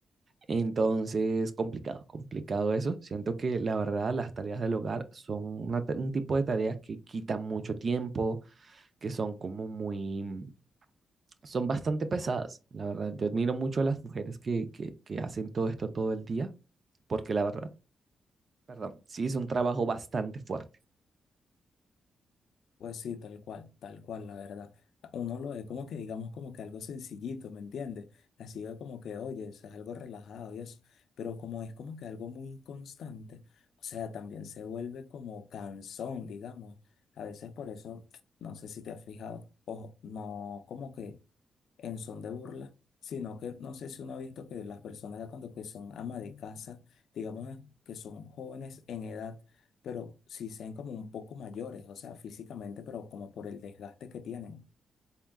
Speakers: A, on the right; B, on the left.
A: Entonces, complicado, complicado eso. Siento que la verdad las tareas del hogar son una ta- un tipo de tareas que quitan mucho tiempo, que son como muy, mm, son bastante pesadas. La verdad, yo admiro mucho a las mujeres que, que, que hacen todo esto todo el día, porque la verdad, perdón, sí es un trabajo bastante fuerte.
B: Pues sí, tal cual, tal cual, la verdad. Uno lo ve como que, digamos, como que algo sencillito, ¿me entiendes? Así es como que, oye, eso es algo relajado y eso. Pero como es como que algo muy constante, o sea, también se vuelve como cansón, digamos. A veces por eso, <tsk> no sé si te has fijado, ojo, no como que en son de burla, sino que no sé si uno ha visto que las personas ya cuando que son ama de casa, digamos ¿no? que son jóvenes en edad, pero sí sean como un poco mayores, o sea, físicamente, pero como por el desgaste que tienen.